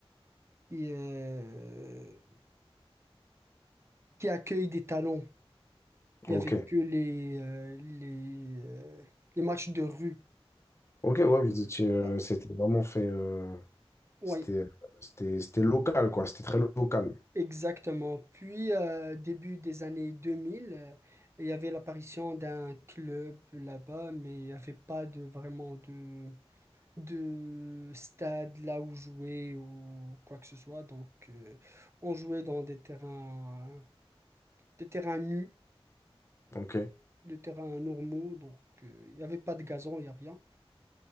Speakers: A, on the right; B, on the left.
A: qui, euh, qui accueille des talents. Il
B: Ok.
A: n'y avait que les, euh, les, euh, les matchs de rue.
B: Ok, ouais, vous étiez, euh,
A: Ah,
B: c'était vraiment fait, euh,
A: ouais,
B: c'était, c'était, c'était local, quoi. C'était très local.
A: Exactement. Puis, euh, début des années 2000, euh, il y avait l'apparition d'un club là-bas, mais il n'y avait pas de, vraiment de, de stade là où jouer ou quoi que ce soit. Donc, euh, on jouait dans des terrains, des terrains nus,
B: Ok.
A: des terrains normaux. Donc, euh, il n'y avait pas de gazon, il n'y a rien.